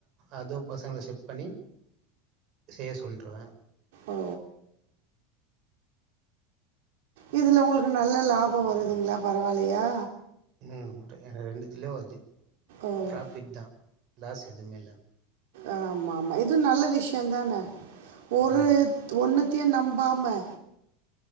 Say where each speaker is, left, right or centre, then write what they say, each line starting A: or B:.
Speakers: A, on the right (about 40°); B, on the right (about 75°).
A: அதுவும் பசங்கள செட் பண்ணி செய்ய சொல்றுவே
B: ஓ இதுல உங்களுக்கு நல்ல லாபம் வருதுங்களா பரவால்லையா
A: ம் ரெண்டுத்துலயும் வருது
B: ஓ
A: ப்ராஃபிட் தா லாஸ் எதுமே இல்ல
B: ஆமா ஆமா இதுவு நல்ல விஷ்யோந்தானே ஒரு
A: ஆமாம்
B: ஒண்ணுதியு நம்பாமா